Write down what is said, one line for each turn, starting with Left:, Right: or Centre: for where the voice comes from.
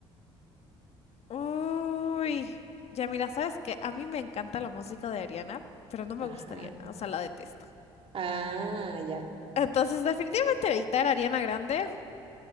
Left: Uy, ya mira, sabes que a mí me encanta la música de Ariana, pero no me
Right: Ajá.
Left: gusta Ariana, o sea, la detesto.
Right: Ah, ya.
Left: Entonces, definitivamente evitar a Ariana Grande.